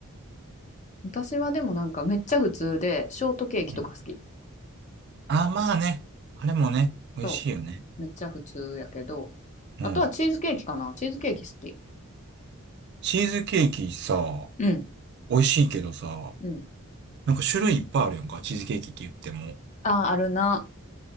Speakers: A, on the left (about 35°); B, on the right (about 50°).
A: 私はでもなんかめっちゃ普通で、ショートケーキとか好き。
B: うんあ、まあね。あれもね、美味しいよね。
A: そう、めっちゃ普通やけど、
B: うん。
A: あとはチーズケーキかな。チーズケーキ好き。
B: チーズケーキさ、
A: うん。
B: 美味しいけどさ、
A: うん。
B: なんか種類いっぱいあるやんか、チーズケーキって言っても。
A: ああ、あるな。